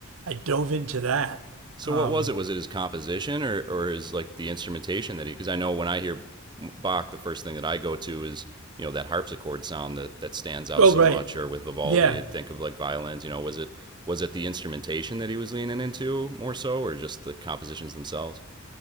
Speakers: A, on the right (about 85°); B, on the right (about 20°).
A: I dove into that.
B: So
A: Um,
B: what was it? Was it his composition or or his like the instrumentation that he? Because I know when I hear Bach, the first thing that I go to is you know that harpsichord sound that that stands out
A: oh,
B: so
A: right.
B: much. Or with Vivaldi,
A: Yeah,
B: I'd think of like violins. You know, was it was it the instrumentation that he was leaning into more so, or just the compositions themselves?